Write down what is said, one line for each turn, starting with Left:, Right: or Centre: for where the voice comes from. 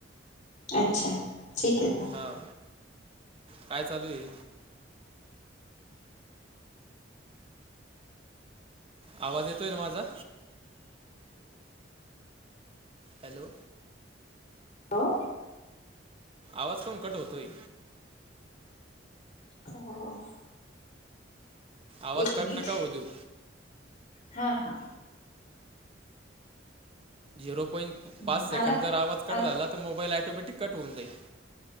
Left: अच्छा ठीक आहे
Right: ह काय चालू आहे आवाज येतोय ना माझा हॅलो
Left: होॅ
Right: आवाज पण कट होतोय
Left: ह
Right: आवाज
Left: एक
Right: कट
Left: मिनिट
Right: नका होऊ देऊ
Left: हा हा
Right: झिरो पॉईंट
Left: हम्म,
Right: पाच सेकंड
Left: आला
Right: जर आवाज कट
Left: आल
Right: झाला तर मोबाईल ॲटोमॅटिक कट होऊन जाईल